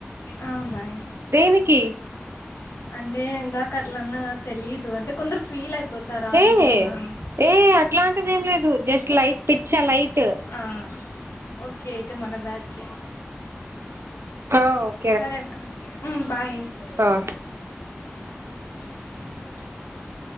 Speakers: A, on the left; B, on the right.
A: ఆ బాయ్
B: దేనికి
A: అంటే ఇందాక అట్లన్నాకదా తెలీదు అంటే కొందరు ఫీల్ అయితరు పోతారు ఆంటీ
B: ఏ
A: అన్నా
B: ఏ అట్లాంటిది ఏం లేదు జస్ట్ లైట్ పిచ్చ లైట్
A: ఆ ఓకే అయితే మన్న బ్యాచేయే
B: అ
A: సరే అక్క ఊ బాయ్ టంలాే
B: ఆ
A: మండలు